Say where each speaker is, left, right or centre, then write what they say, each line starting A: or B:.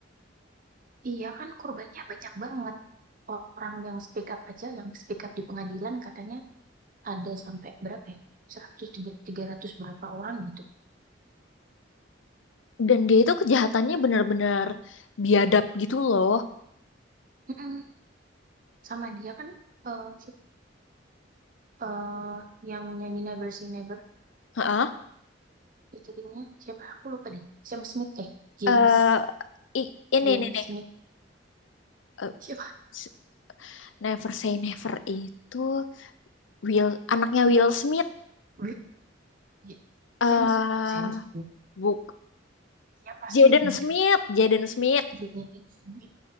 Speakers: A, on the right (about 45°); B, on the left (about 85°).
A: Iya kan korbannya banyak banget. Orang yang speak up aja, yang speak up di pengadilan katanya ada sampai berapa ya? 100 tiga- ratus berapa orang gitu.
B: dan dia itu kejahatannya benar-benar biadab gitu loh.
A: Mm-mm. Sama dia kan eh siapa? Eh, yang nyanyi Never Say Never
B: Heeh.
A: featuringnya siapa? Aku lupa deh. Sam Smith eh James
B: Eh, i- ini
A: James
B: ini nih,
A: Smith
B: eh,
A: siapa?
B: s- Never Say Never itu Will anaknya Will Smith
A: Blip. J- Sam
B: eh
A: Sam Smith
B: buk
A: siapa
B: Jaden
A: Smith
B: Smith,
A: gitu?
B: Jaden Smith.
A: Jaden Smith.